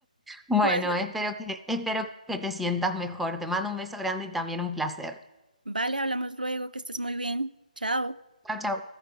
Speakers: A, in the centre; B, on the right (about 80°).
A: Bueno,
B: Pues,
A: espero que, espero que te sientas mejor. Te mando un beso grande y también un placer.
B: vale, hablamos luego, que estés muy bien. Chao.
A: Chao, chao.